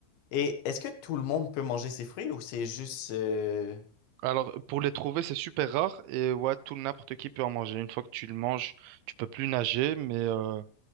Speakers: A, on the left; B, on the right.
A: Et est-ce que tout le monde peut manger ses fruits ou c'est juste... euh,
B: Alors, pour les trouver, c'est super rare et ouais, tout n'importe qui peut en manger. Une fois que tu le manges, tu peux plus nager, mais, euh,